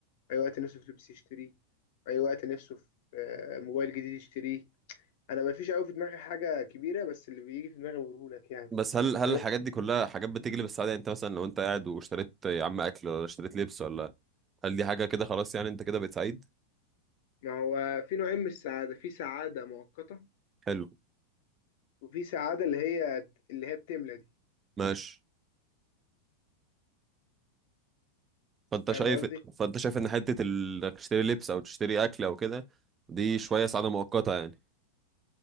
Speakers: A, on the left; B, on the right.
A: في اي وقت نفسه في لبس يشتريه في اي وقت نفسه في آه، موبايل جديد يشتريه انا ما فيش قوي في دماغي حاجه كبيره بس اللي بيجي في دماغي بقوله لك يعني
B: بس هل هل
A: اللي
B: الحاجات دي كلها حاجات بتجلب السعادة يعني انت مثلا لو انت قاعد واشتريت يا عم اكل ولا اشتريت لبس ولا هل دي حاجة كده خلاص يعني انت كده بقيت سعيد
A: ما هو في نوعين من السعادة في سعادة مؤقتة
B: حلو
A: وفي سعادة اللي هي اللي هي بتملى دي
B: ماشي فانت
A: فاهم
B: شايف
A: قصدي؟
B: فانت شايف ان حتة ال- انك تشتري لبس او تشتري اكل او كده دي شوية سعادة مؤقتة يعني